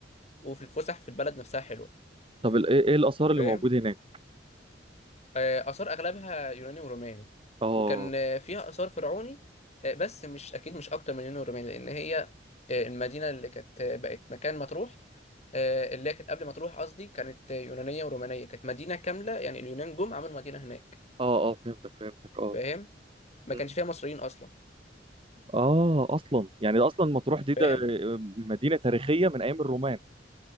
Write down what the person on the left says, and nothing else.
وفي الفسح في البلد نفسها حلوة
فاهم
آه، آثار أغلبها يوناني وروماني
وكان آه، فيها آثار فرعوني آه، بس مش أكيد مش أكتر من يوناني وروماني لأن هي آه، المدينة اللي كانت آه، بقت مكان مطروح آه، اللي هي كانت قبل مطروح قصدي كانت آه، يونانية ورومانية كانت مدينة كاملة يعني اليونان جم عملوا مدينة هناك
فاهم ما
كانش فيها مصريين أصلا
فاهم